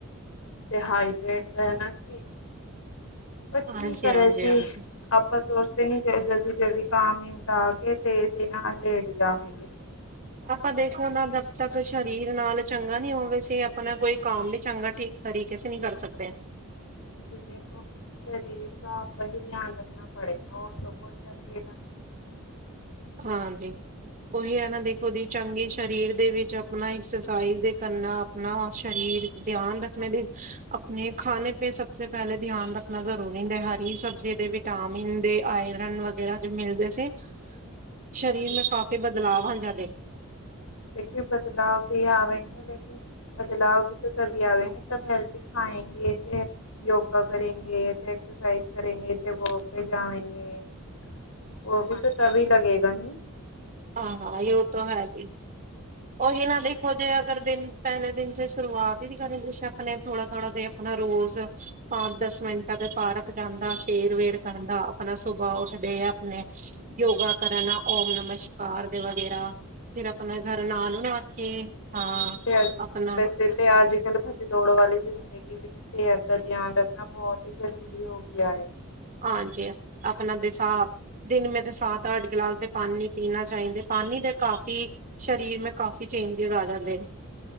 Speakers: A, on the left; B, on the right.
A: ਤੇ ਹਾਈਟ ਰਹਿਣਾ ਸੀ ਪਰ ਕੀ
B: ਹਾਂਜੀ
A: ਕਰੇ
B: ਹਾਂਜੀ
A: ਸੀ,
B: ਹਾਂਜੀ।
A: ਅ ਆਪਾਂ ਸੋਚਦੇ ਨੀ ਸੀ ਜਲਦੀ ਜਲਦੀ ਕਾਮ ਨਿਮਿਟਾ ਕੇ ਤੇ ਅਸੀਂ ਨਾਲ ਲੇਟ ਜਾਵਾਂਗੇ।
B: ਆਪਾਂ ਦੇਖੋ ਨਾ ਜਦ ਤੱਕ ਸਰੀਰ ਨਾਲ ਚੰਗਾ ਨੀ ਹੋਵੇ ਸੀ ਆਪਣਾ ਕੋਈ ਕੰਮ ਵੀ ਚੰਗਾ ਠੀਕ। ਤਰੀਕੇ ਸੇ ਨਹੀਂ ਕਰ ਸਕਦੇ।
A: ਦੇਖੋ ਸਰੀਰ ਕਾ ਆਪੇ ਹੀ ਧਿਆਨ ਰੱਖਣਾ ਪੜੇਗਾ, ਹੋਰ ਤਾਂ ਕੋਈ ਰੱਖੇਗਾ ਨਹੀਂ।
B: ਹਾਂਜੀ, ਉਹੀ ਹੈ ਨਾ ਦੇਖੋ ਦੀ ਚੰਗੇ ਸ਼ਰੀਰ ਦੇ ਵਿੱਚ ਅਪਣਾ ਐਕਸਰਸਾਈਜ਼ ਦੇ ਕਰਨਾ ਅਪਣਾ ਸ਼ਰੀਰ
A: ਸਰੀਰ
B: ਦਿਆਨ ਰੱਖਨਾ
A: ਧਿਆਨ ਰੱਖਣਾ,
B: ਬੀ ਆਪਣੇ ਖਾਣੇ ਪੇ ਸਭ ਤੋਂ ਪਹਿਲੇ ਧਿਆਨ ਰੱਖਣਾ ਜ਼ਰੂਰੀ ਹੁੰਦਾ, ਹਰੀ ਸਬਜ਼ੀ ਦੇ ਵਿੱਚ ਵਿਟਾਮਿਨ ਦੇ ਆਇਰਨ ਵਗੈਰਾ ਜੋ ਮਿਲਦੇ ਸੀ।
A: ਆਟੇ ਸੇ
B: ਸਰੀਰ ਮੇ ਕਾਫੀ ਬਦਲਾਵ ਆ ਜਾਂਦੇ।
A: ਦੇਖੀ ਬਦਲਾਵ ਵੀ ਆਵੇ ਲੈਕੇ। ਬਦਲਾਵ ਵੀ ਤਭੀ ਆਵੇਗੇ, ਤਬ ਹੈਲਦੀ ਖਾਏਂਗੇ ਤੇ ਯੋਗਾ ਕਰੇਗੇ ਤੇ ਐਕਸਰਸਾਈਜ਼ ਕਰੇਗੇ ਤੇ ਵੋਕ ਪੇ ਜਾਵਂਗੇ। ਉਹ ਵੀ ਤਾਂ ਤਭੀ ਲੱਗੇਗਾ ਨੀ।
B: ਹਾਂ ਹਾਂ ਜੇ ਉਹ ਤਾਂ ਹੈ ਜੀ, ਉਹੀ ਨਾ ਦੇਖੋ ਜੇ ਅਗਰ ਦਿਨ ਪਹਿਲੇ ਦਿਨ ਸੇ ਸ਼ੁਰੂਆਤ ਹੀ ਨੀ ਕਰੀ ਤੂੰ ਆਪਣੇ ਥੋੜਾ ਥੋੜਾ ਜ ਆਪਣਾ ਰੋਜ਼ ਪੰਜ ਦਸ ਮਿੰਟਾਂ ਦੇ ਪਾਰਕ ਜਾਂਦਾ, ਸੇਰ ਵੇਰ ਕਰਦਾ ਆਪਣਾ ਸੁਬਾਅ ਉੱਠਦੇ ਆ ਆਪਣੇ ਯੋਗਾ ਕਰਨ ਓਮ ਨਮਸਕਾਰ ਦੇ ਵਗੈਰਾ। ਫਿਰ ਆਪਣਾ ਘਰ ਨਾਲੂ ਨਾ ਕੇ ਹਾਂ,
A: ਤੇ ਅੱਜ-
B: ਆਪਣਾ
A: ਵੈਸੇ ਤੇ ਅੱਜ ਕਲ ਭੱਜ ਦੌੜ ਵਾਲੀ ਜ਼ਿੰਦਗੀ ਵਿੱਚ ਸਿਹਤ ਦਾ ਧਿਆਨ ਰੱਖਣਾ ਬਹੁਤ ਹੀ ਜ਼ਰੂਰੀ ਹੋ ਗਿਆ ਐ।
B: ਆਜੀ, ਆਪਣਾ <unintelligible> ਦਿਨ ਮੇ ਤੇ ਸਤ ਅੱਠ ਗਿਲਾਸ ਦੇ ਪਾਣੀ ਪੀਣਾ ਚਾਹੀਦੇ ਪਾਣੀ ਦੇ ਕਾਫੀ ਠੀਕ ਸ਼ਰੀਰ ਮੇ ਕਾਫੀ ਚੇਂਜੇਜ ਆ ਜਾਂਦੇ ਨੇ।